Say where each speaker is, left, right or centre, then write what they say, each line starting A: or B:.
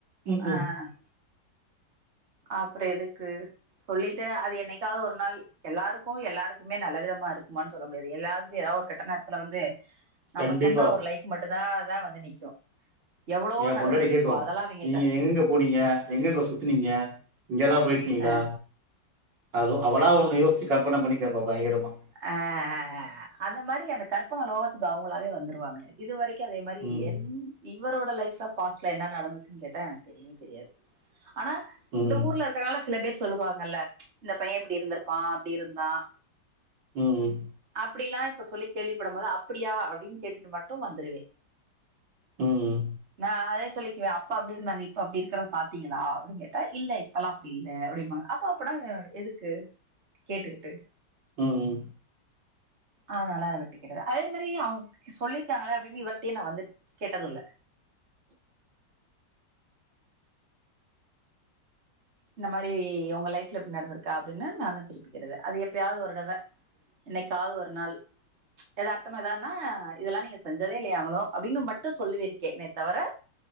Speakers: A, on the right; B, on the right.
A: ம்
B: ஆஹ்
A: ம்
B: அப்புறம் எதுக்கு சொல்லிட்டு அது என்னைக்காவது ஒரு நாள் எல்லாருக்கும் எல்லாருக்குமே நல்ல விதமா இருக்குமான்னு சொல்ல முடியாது எல்லாருக் ஏத ஒரு கட்ட நேரத்துல வந்து நம்ம
A: கண்டிப்பா
B: சொன்ன ஒரு லைஃப் மட்டும் தான் தா வந்து நிக்கு எவ்ளோ
A: ஏ
B: நல்லது
A: பொன்னாடி
B: பண்ணிருப்போ
A: கேக்கும்
B: அதெல்லா அவிங்க
A: நீங்க
B: க
A: எங்கங்க போனீங்க எங்கங்க சுத்துனீங்க இங்கெல்லாம் போயி கீங்களா
B: அ
A: அது அவலா ஒன்னு யோசிச்சு கற்பன பண்ணி கேப்பா பயங்கரமா
B: அஹ் அந்த மாரி அந்த கற்பன லோகத்துக்கு அவங்களாவே வந்துருவாங்க இது வரைக்கும் அதே மாரி
A: ம்
B: என் இவரோட லைப்ல பாஸ்ட்ல என்ன நடந்துச்சுன்னு கேட்டா எனக்கு தெரியவே தெரியாது ஆனா இந்த
A: ம்
B: ஊர்ல இருக்கிறனால சில பேர் சொல்லுவாங்கல்ல இந்த பையன் இப்படி இருந்திருப்பான் அப்படி இருந்தான்
A: உம் உம்
B: அப்படில்லா இப்ப சொல்லி கேள்விப்படும் போது அப்டியா அப்படின்னு கேட்டுட்டு மட்டும் வந்துருவேன்
A: ம்.
B: நா அதே சொல்லிக்குவேன் அப்பா அப்படி இருந்தாங்க இப்ப அப்படி இருக்கிறதா பாத்தீங்களா அப்படின்னு கேட்டா இல்ல இப்பல்லாம் அப்படி இல்ல அப்படின்னுாங்க அப்ப அப்பனா எதுக்கு கேட்டுக்கிட்டு
A: உம் ம்
B: அதனால அத விட்டிக்கிரியா அதே மாரி அவுங்க சொல்லியிருக்காங்களே அப்டின் இவர்டையு நா வந்து கேட்டதுல்ல இந்த மாரி உங்க லைஃப்ல எப்டி நடந்துருக்கா அப்டின் நானு திருப்பிக்கேட்ட அது எப்பியாவது ஒரு தடவ என்னைக்காவது ஒரு நாள் எதார்த்தமா ஏதான்னா இதெல்லா நீங்க செஞ்சதே இல்லையாங்குளோ அப்டிங்கு மட்டும் சொல்லுவேருக்கேன்னே தவிர